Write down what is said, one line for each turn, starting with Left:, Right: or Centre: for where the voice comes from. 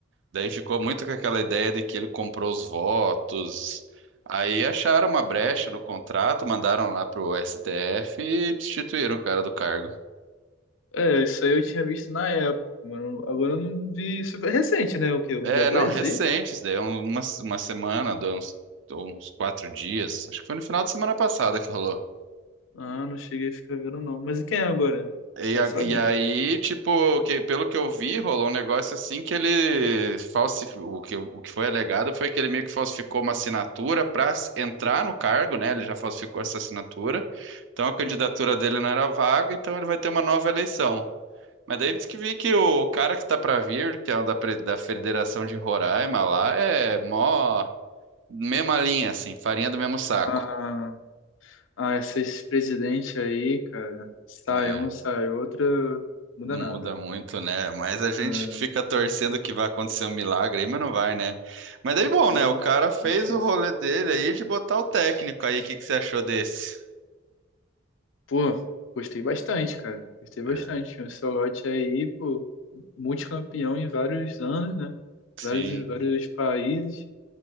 Right: Daí ficou muito com aquela ideia de que ele comprou os votos. Aí acharam uma brecha no contrato, mandaram lá pro STF e destituíram o cara do cargo.
Left: É, isso aí eu tinha visto na época, mano. Agora eu não vi... Isso é recente, né, o quê? Um
Right: É,
Left: dia atrás,
Right: não, recente,
Left: isso aí?
Right: isso daí é um, uma, uma semana, dá uns, deu uns quatro dias. Acho que foi no final de semana passada que rolou.
Left: Ah, não cheguei a ficar vendo não. Mas e quem é agora?
Right: E,
Left: Já
Right: a-
Left: sabe
Right: e
Left: ou
Right: aí,
Left: não?
Right: tipo, que- pelo que eu vi, rolou um negócio assim que ele falsificou. O que, o que foi alegado foi que ele meio que falsificou uma assinatura para entrar no cargo, né? Ele já falsificou essa assinatura. Então a candidatura dele não era vaga, então ele vai ter uma nova eleição. Mas daí diz que vi que o cara que tá pra vir, que é um da, pre- da Federação de Roraima lá, é mó. mesma linha, assim, farinha do mesmo saco,
Left: Ah, Ah, esses presidentes aí, cara, sai
Right: né?
Left: um, sai outra, muda
Right: Não
Left: nada.
Right: muda muito, né? Mas a gente
Left: Ah,
Right: fica torcendo que vai acontecer um milagre aí, mas não vai, né? Mas daí, bom,
Left: pô,
Right: né? O cara fez
Left: difícil.
Right: o rolê dele aí de botar o técnico aí. O que que você achou desse?
Left: Pô, gostei bastante, cara. Gostei bastante.
Right: É.
Left: O Ancelotti aí, pô, multicampeão em vários anos, né?
Right: Sim.
Left: Vários, vários países.